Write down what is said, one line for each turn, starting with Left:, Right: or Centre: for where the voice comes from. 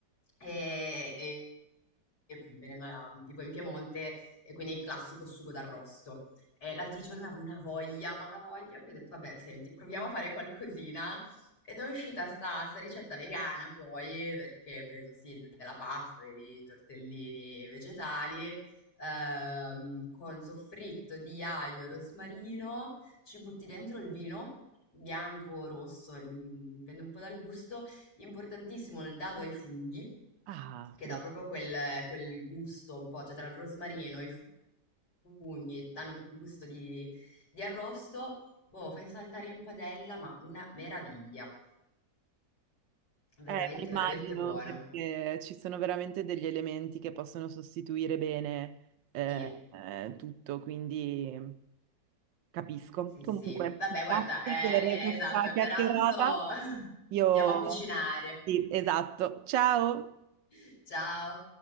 Left: E, e- e poi venendo da- tipo in Piemonte, e quindi il classico sugo d'arrosto. E l'altro giorno avevo una voglia, ma una voglia che ho detto, vabbè, senti, proviamo a fare qualcosina ed è uscita sta, sta ricetta vegana poi, perché ho preso sì de- della pasta, dei tortellini vegetali, ehm, con soffritto di aglio, rosmarino, ci butti dentro il vino, bianco o rosso, mm, dipende un po' dal gusto, importantissimo il dado ai funghi,
Right: Ah,
Left: che
Right: vedi.
Left: dà proprio quel, quel gusto un po', cioè tra il rosmarino e i funghi, danno un po' quel gusto di, di arrosto, boh, fai saltare in padella, ma una meraviglia. Veramente,
Right: Eh, ma
Left: veramente
Right: immagino
Left: buono.
Right: perché ci sono veramente degli elementi che possono sostituire bene eh,
Left: Sì,
Right: eh, tutto, quindi capisco.
Left: sì,
Right: Comunque,
Left: sì. Vabbè,
Right: Grazie
Left: guarda, eh,
Right: per
Left: è,
Right: questa
Left: è- esatto, è
Right: chiacchierata.
Left: per pranzo <laughs>
Right: io
Left: andiamo a cucinare.
Right: sì, esatto. Ciao!
Left: <laughs> Ciao.